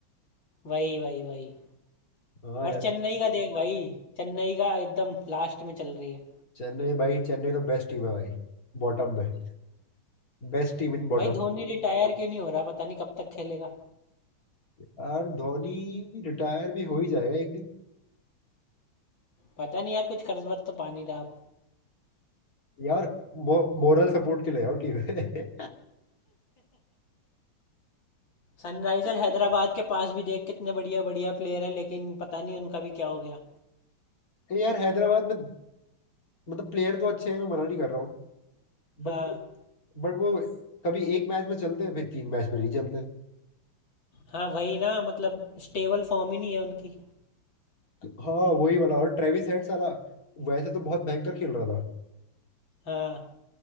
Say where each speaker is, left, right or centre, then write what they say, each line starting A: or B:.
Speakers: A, on the left (about 60°); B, on the left (about 40°).
A: वही वही वही
B: हाँ
A: और चेन्नई का देख भाई चेन्नई का एकदम लास्ट में चल रही है
B: चेन्नई भाई चेन्नई तो बेस्ट टीम है भाई बॉटम में Best team in bottom
A: भाई धोनी रिटायर क्यों नहीं हो रहा पता नहीं कब तक खेलेगा
B: यार धोनी रिटायर भी हो ही जाएगा एक दिन
A: पता नहीं यार कुछ कर्जवर तो पा नहीं रहा अब
B: यार मो, मोरल सपोर्ट के लिए आओ टीम में।
A: सनराइजर हैदराबाद के पास भी देख कितने बढ़िया बढ़िया प्लेयर हैं लेकिन पता नहीं उनका भी क्या हो गया
B: <laughs> यार हैदराबाद में मतलब प्लेयर तो अच्छे हैं मैं मना नहीं कर रहा हूँ बट
A: हाँ
B: बट वो कभी एक मैच में चलते हैं फिर तीन मैच में नहीं चलते
A: हाँ वही ना मतलब स्टेबल फॉर्म ही नहीं है उनकी
B: हाँ वही वाला और ट्रेविस हेड साला वैसे तो बहुत भयंकर खेल रहा था
A: हाँ